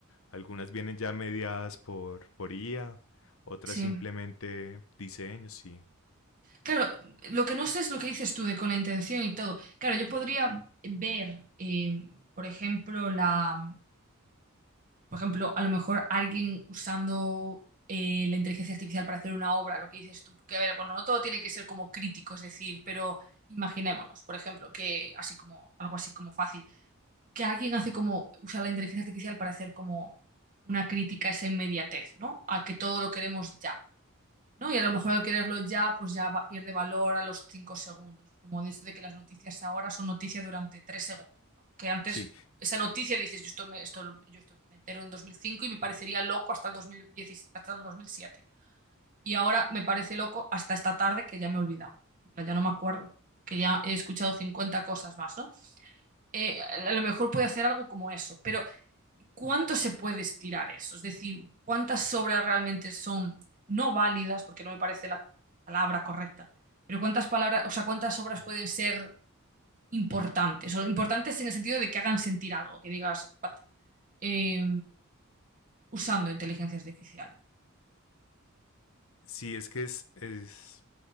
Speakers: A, on the left; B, on the right.
A: Algunas vienen ya mediadas por, por IA, otras
B: sí.
A: simplemente diseños, sí.
B: Claro, lo que no sé es lo que dices tú de con la intención y todo. Claro, yo podría ver, eh, por ejemplo, la, por ejemplo, a lo mejor alguien usando eh, la inteligencia artificial para hacer una obra, lo que dices tú. Porque, a ver, bueno, no todo tiene que ser como crítico, es decir, pero imaginémonos, por ejemplo, que así como, algo así como fácil, que alguien hace como, usa la inteligencia artificial para hacer como una crítica a esa inmediatez, ¿no? A que todo lo queremos ya. ¿no? Y a lo mejor al quererlo ya, pues ya va- pierde valor a los cinco segundos. Como de eso de que las noticias ahora son noticia durante tres segundos, ¿no? Que antes
A: Sí,
B: esa noticia dices, yo esto me, esto, lo- yo esto me entero en 2005 y me parecería loco hasta el 2010, hasta el 2007. Y ahora me parece loco hasta esta tarde que ya me he olvidado. En plan, Ya no me acuerdo, que ya he escuchado 50 cosas más, ¿no? Eh, a lo mejor puede hacer algo como eso, pero ¿cuánto se puede estirar eso? Es decir, ¿cuántas obras realmente son no válidas, porque no me parece la palabra correcta, pero cuántas palabras, o sea, cuántas obras pueden ser importantes, o importantes en el sentido de que hagan sentir algo, que digas, "What?", eh, usando inteligencia artificial.
A: sí, es que es, es,